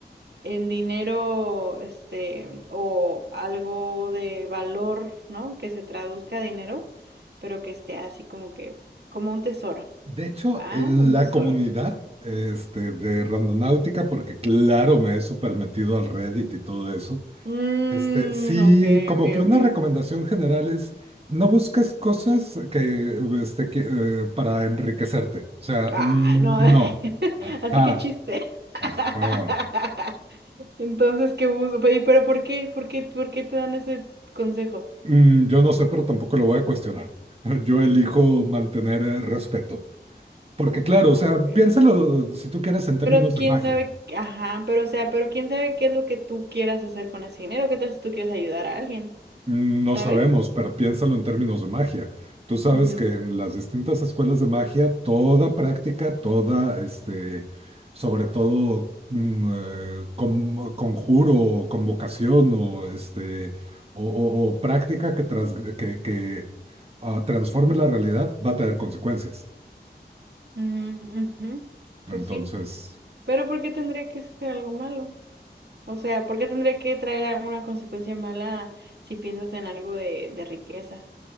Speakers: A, on the right (about 70°); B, on the right (about 35°).
A: en dinero, este, o algo de valor, ¿no? Que se traduzca a dinero, pero que esté así como que, como un tesoro.
B: De hecho,
A: Ah,
B: en
A: un
B: la
A: tesoro.
B: comunidad este, de Randonáutica, porque claro, me he super metido al Reddit y todo eso,
A: Mm,
B: este, sí,
A: ok,
B: como
A: ok,
B: que una
A: ok.
B: recomendación general es no busques cosas que, este, que, eh, para enriquecerte. O sea,
A: Ah,
B: mm,
A: no. <laughs>
B: no. Ajá,
A: Así que chiste. <laughs>
B: ajá.
A: Entonces, ¿qué busco? Pero, pero ¿por qué? ¿Por qué? ¿Por qué te dan ese consejo?
B: Mm, yo no sé, pero tampoco lo voy a cuestionar. <laughs> Yo elijo mantener eh, respeto. Porque claro, o
A: Okay.
B: sea, piénsalo si tú quieres en términos
A: Pero
B: de
A: quién
B: magia.
A: sabe, ajá, pero o sea, pero quién sabe qué es lo que tú quieras hacer con ese dinero, qué tal si tú quieres ayudar a alguien,
B: No
A: ¿sabes?
B: sabemos, pero piénsalo en términos de magia. Tú sabes
A: Ujú,
B: que en las distintas escuelas de magia, toda práctica, toda, este, sobre todo, mm, eh, con- conjuro, o convocación o, este, o, o- o práctica que, tras- que, que, ah, transforme la realidad va a tener consecuencias.
A: ujú, ujú.
B: Entonces,
A: Pues sí, pero ¿por qué tendría que ser algo malo? O sea, ¿por qué tendría que traer alguna consecuencia mala si piensas en algo de, de riqueza?